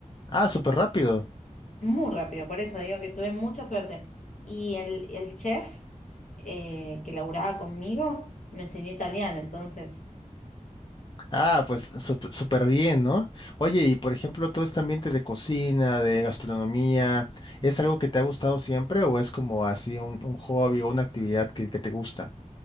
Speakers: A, on the left (about 35°); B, on the left (about 70°).
A: Ah, súper rápido.
B: Muy rápido, por eso digo que tuve mucha suerte. Y el, el chef eh, que laburaba conmigo me enseñó italiano, entonces,
A: Ah, pues sup- súper bien, ¿no? Oye, y por ejemplo, todo este ambiente de cocina, de gastronomía, ¿es algo que te ha gustado siempre o es como así un, un hobby o una actividad que, que te gusta?